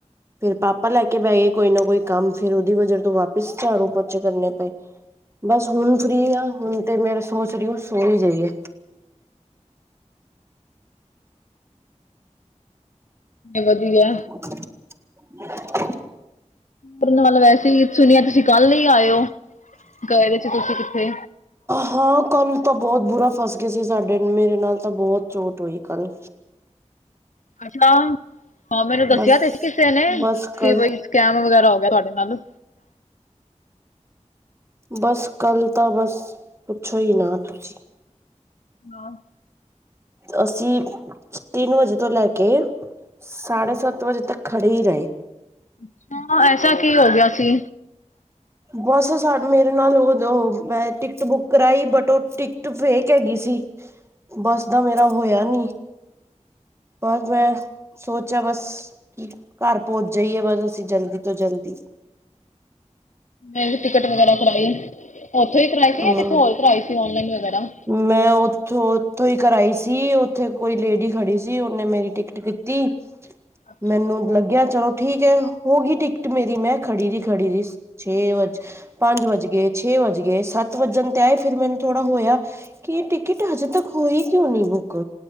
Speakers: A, on the right; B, on the left.
A: ਫੇਰ ਪਾਪਾ ਲੈ ਕੇ ਬਹਿ ਗਏ ਕੋਈ ਨਾ ਕੋਈ ਕੰਮ, ਫੇਰ ਉਹਦੀ ਵਜਾ ਤੋਂ ਵਾਪ ਪਿਸ ਝਾੜੂ ਪੋਚੇ ਕਰਨੇ ਪਏ, ਬਸ ਹੁਣ ਫਰੀ ਆ ਹੁਣ ਤੇ ਮੇਰੇ ਸੋਚ ਰਹੀ ਹੂ ਸੋ ਹੀ ਜਾਈਏ।
B: ਵਧੀਆ।
A: <unintelligible>
B: ਉਨ ਵ ਵੈਸੇ ਹੀ ਸੁਣਿਆ ਤੁਸੀਂ ਕੱਲ ਲਈ ਆਏ ਹੋ। ਗਏ ਸੀ ਤੁਸੀਂ ਕਿੱਥੇ?
A: ਹਾਂ, ਕੱਲ ਤਾਂ ਬਹੁਤ ਬੁਰਾ ਫਸ ਗਏ ਸੀ, ਸਾਡੇ ਮੇਰੇ ਨਾਲ ਤਾਂ ਬਹੁਤ ਚੋਟ ਹੋਈ ਕੱਲ।
B: ਅੱਛਾ, ਹਾਂ ਮੈਨੂੰ ਦੱਸਿਆ
A: ਬਸ
B: ਤੇ ਕਿਸੇ ਨੇ,
A: ਬਸ ਕੱਲ
B: ਕਿ ਬਈ ਸਕੈਮ ਵਗੈਰਾ ਹੋ ਗਿਆ ਤੁਹਾਡੇ ਨਾਲ।
A: ਬਸ ਕੱਲ ਤਾਂ ਬਸ ਪੁੱਛੋ ਹੀ ਨਾ ਤੁਸੀਂ।
B: ਹਾਂ।
A: ਅਸੀਂ ਤਿੰਨ ਵਜੇ ਤੋਂ ਲੈ ਕੇ ਸਾਢੇ ਸੱਤ ਵਜੇ ਤੱਕ ਖੜੇ ਹੀ ਰਹੇ।
B: ਅੱਛਾ, ਐਸਾ ਕੀ ਹੋ ਗਿਆ ਸੀ?
A: ਬਸ ਸਾ ਮੇਰੇ ਨਾਲ ਉਹ ਉਹੋ ਟਿਕਟ ਬੁੱਕ ਕਰਾਈ, ਬਟ ਉਹ ਟਿ ਕਟ ਫੇਕ ਹੈਗੀ ਸੀ। ਬਸ ਦਾ ਮੇਰਾ ਹੋਇਆ ਨੀ ਬਸ ਮੈਂ ਸੋਚੇਆ ਬਸ ਕੇ ਘਰ ਪਹੁੰਚ ਜਾਈਏ ਬਸ ਅਸੀਂ ਜਲਦੀ ਤੋਂ ਜਲਦੀ।
B: ਮੈ ਵੀ ਟਿਕਟ ਵਗੈਰਾ ਕਰਾਈ ਓਥੋਂ ਈ ਕਰਾਈ ਸੀ
A: ਹੂੰ।
B: ਤੇ ਹੋਰ ਕਰਾਈ ਸੀ ਔਨਲਾਈਨ ਵਗੈਰਾ। <inaudible>
A: ਮੈਂ ਓਥੋਂ-ਓਥੋਂ ਈ ਕਰਾਈ ਸੀ ਓਥੇ ਕੋਈ ਲੇਡੀ ਖੜੀ ਸੀ ਓਨੇ ਮੇਰੀ ਟਿਕ ਟ ਕੀਤੀ,
B: ਅੱਛਾ
A: ਮੈਨੂੰ
B: ਅੱਛਾ
A: ਲੱਗੇਆ ਚਲੋ ਠੀਕ ਐ ਹੋ ਗਈ ਟਿਕ ਟਿਕਟ ਮੇਰੀ ਮੈਂ ਖੜੀ ਦੀ ਖੜੀ ਰੀ ਸੀ। ਛੇ ਵੱਜ ਪੰਜ ਵੱਜਗੇ, ਛੇ ਵੱਜਗੇ, ਸੱਤ ਵੱਜਨ ਤੇ ਆਏ ਫਿਰ ਮੈਨੂੰ ਥੋੜਾ ਹੋਏਆ ਕੀ ਟਿਕਟ ਹਜੇ ਤੱਕ ਹੋਈ ਕਿਓਂ ਨੀ ਬੁੱਕ।